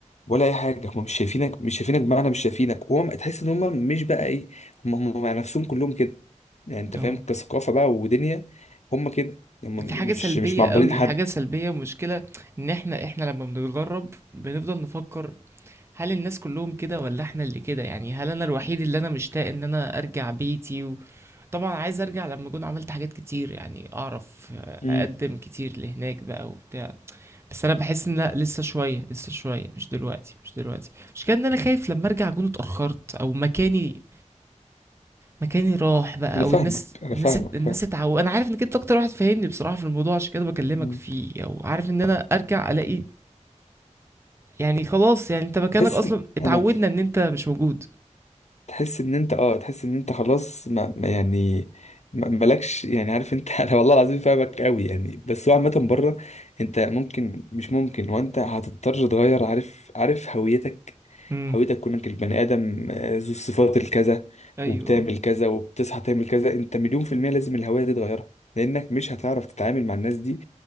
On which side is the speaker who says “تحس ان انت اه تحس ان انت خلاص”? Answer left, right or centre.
Left